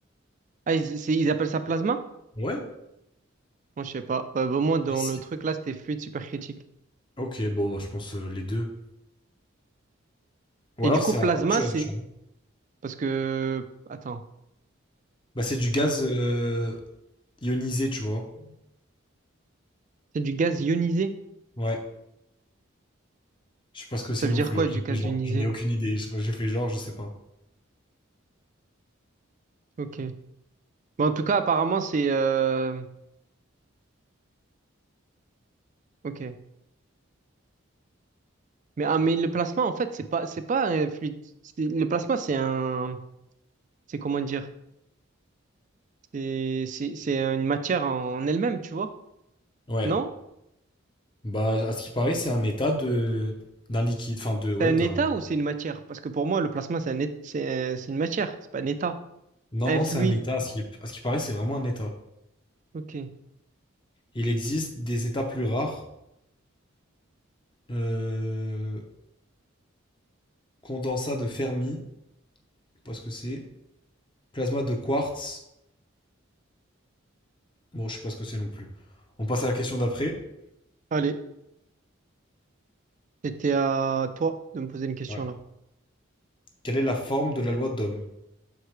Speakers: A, on the right; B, on the left.
A: ah, ils c'est- ils appellent ça plasma?
B: Ouais,
A: Moi, je sais pas. Euh, bah, moi, dans
B: mais si.
A: le truc là, c'était fluide supercritique.
B: Ok, bon, bah, je pense euh, les deux. Ou
A: Et
B: alors
A: du coup,
B: c'est
A: plasma,
B: un- Autre chose,
A: c'est
B: tu vois.
A: parce que attends,
B: bah, c'est du gaz euh, ionisé, tu vois.
A: c'est du gaz ionisé.
B: Ouais, je sais pas ce que c'est
A: Ça veut
B: non
A: dire
B: plus.
A: quoi
B: hein. J'ai
A: du
B: fait
A: gaz
B: genre,
A: ionisé?
B: j'en ai aucune idée. J'ai fait genre, je sais pas.
A: Ok. Mais en tout cas, apparemment, c'est euh, ok. Mais ah, mais le plasma, en fait, c'est pas c'est pas euh, fluide. C'est- Le plasma, c'est un c'est comment dire? C'est c'est c'est une matière en elle-même, tu vois?
B: Ouais,
A: Non?
B: Bah, à ce qui paraît, c'est un état de d'un liquide, enfin de ouais,
A: C'est un
B: d'un.
A: état ou c'est une matière? Parce que pour moi, le plasma, c'est un é- c'est euh, c'est une matière. C'est pas un état.
B: Non,
A: Un
B: non,
A: fluide.
B: c'est un état. À ce qui, à ce qui paraît, c'est vraiment un état.
A: Ok.
B: Il existe des états plus rares. Euh... Condensat de Fermi, je sais pas ce que c'est. Plasma de quartz, bon, je sais pas ce que c'est non plus. On passe à la question d'après.
A: Allez. C'était à toi de me poser une question
B: Ouais.
A: là.
B: Quelle est la forme de la loi d'Ohm?